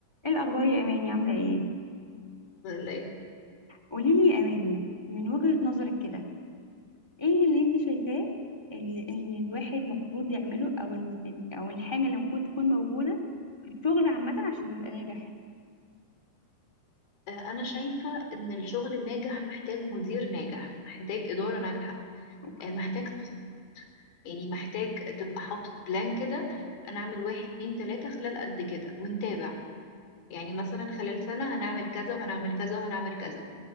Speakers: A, on the left; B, on the left.
A: ايه الاخبار يا اماني عامله ايه
B: ولا ايه
A: قولي لي يا اماني من وجهة نظرك كده ايه اللي انت شايفاه اللي ان الواحد المفروض يعمله او ال... إن- او الحاجه اللي المفروض تكون موجوده في الشغل عامه عشان يبقى ناجح
B: آه، انا شايفة ان الشغل الناجح محتاج مدير ناجح محتاج إدارة ناجحة
A: اوكي
B: آه، محتاج تخ- يعني محتاج تبقى حاطط بلان كده انا اعمل واحد اتنين تلاتة خلال قد كده ونتابع يعني مثلا خلال سنة هنعمل كذا وهنعمل كذا وهنعمل كذا